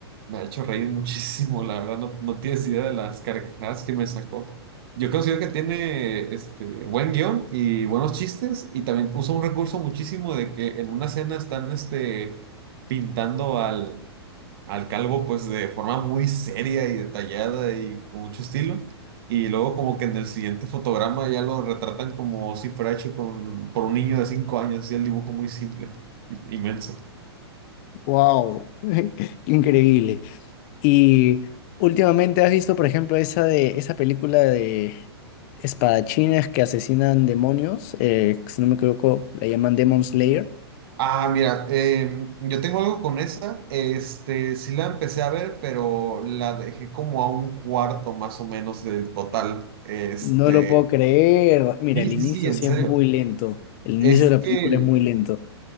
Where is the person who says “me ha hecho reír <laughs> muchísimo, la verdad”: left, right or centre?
Right